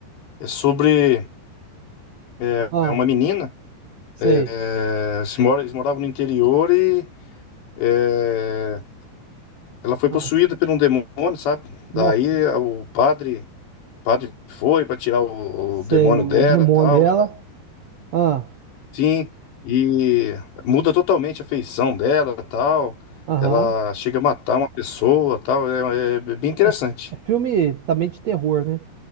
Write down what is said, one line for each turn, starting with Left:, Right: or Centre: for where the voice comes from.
Left: é sobre é,
Right: Ah,
Left: é uma menina,
Right: sei.
Left: é, é, se mora, eles moravam no interior e é, ela foi possuída
Right: Ah,
Left: por um demônio, sabe? Daí
Right: nossa,
Left: a- o padre, padre foi para tirar o,
Right: sei
Left: o demônio
Right: o
Left: dela,
Right: demônio
Left: tal,
Right: dela.
Left: ela,
Right: Ah,
Left: sim, e muda totalmente a feição dela, tal.
Right: aham.
Left: Ela chega a matar uma pessoa, tal, é é bem interessante.
Right: É, é filme também de terror, né?